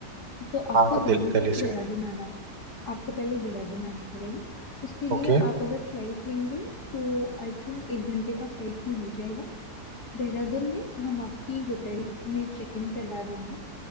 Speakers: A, on the left (about 65°); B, on the right (about 75°).
A: तो आपको
B: हाँ हाँ
A: दिल्ली
B: दिल दिल्ली
A: से देहरादून
B: से
A: आना आपको पहले देहरादून आना पड़ेगा उसके लिए
B: Okay
A: आप अगर फ्लाइट लेंगे तो आई थिंक एक घंटे का फ्लाइट में हो जाएगा देहरादून में हम आपकी होटल में चेक इन करवा देंगे